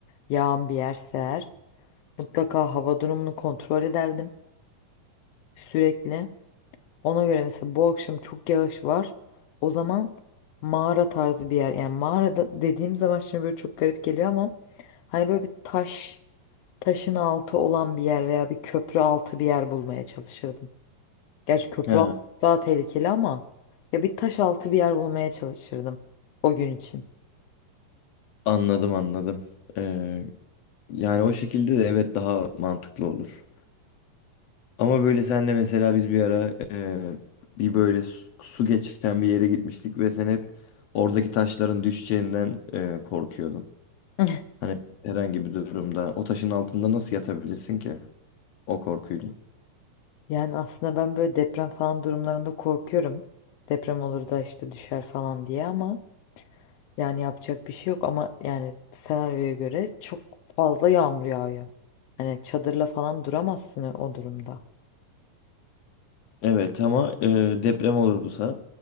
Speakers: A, on the left; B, on the left.
A: yağan bir yerse eğer mutlaka hava durumunu kontrol ederdim sürekli. Ona göre mesela bu akşam çok yağış var. O zaman mağara tarzı bir yer. Yani mağarada dediğim zaman şimdi böyle çok garip geliyor ama hani böyle bir taş, taşın altı olan bir yer veya bir köprü altı bir yer bulmaya çalışırdım. Gerçi köprü
B: He,
A: altı daha tehlikeli ama ya bir taş altı bir yer bulmaya çalışırdım o gün için.
B: anladım anladım. E, yani o şekilde de evet daha mantıklı olur. Ama böyle senle mesela biz bir ara e, bir böyle su, su geçen bir yere gitmiştik ve sen hep oradaki taşların düşeceğinden e, korkuyordun.
A: <laughs>
B: Hani herhangi bir durumda o taşın altında nasıl yatabilirsin ki o korkuyla?
A: Yani aslında ben böyle deprem falan durumlarında korkuyorum. Deprem olur da işte düşer falan diye ama Yani yapacak bir şey yok ama yani senaryoya göre çok fazla yağmur yağıyor. Hani çadırla falan duramazsın o durumda.
B: Evet ama e, deprem olursa